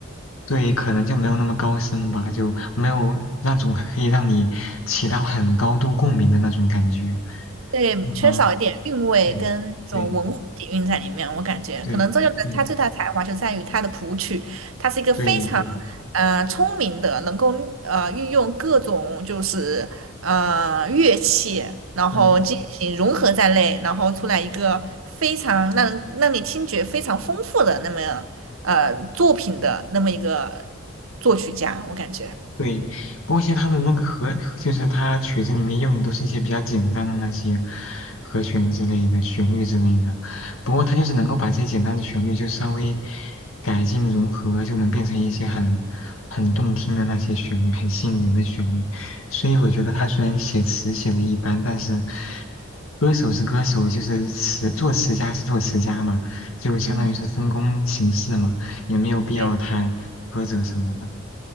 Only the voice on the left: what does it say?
对，可能就没有那么高深吧，就没有那种可以让你起到很高度共鸣的那种感觉。
嗯，
对，对，
对，对，
对，对，
嗯。
对，不过其实它的那个和，就是它曲子里面用的都是一些比较简单的那些和弦之类的、旋律之类的。不过它就是能够把这些简单的旋律就稍微改进融合，就能变成一些很很动听的那些旋律，很吸引人的旋律。所以我觉得他虽然写词写的一般，但是歌手是歌手，就是词作词家是作词家嘛，就相当于是分工形式嘛，
也没有必要太苛责什么的。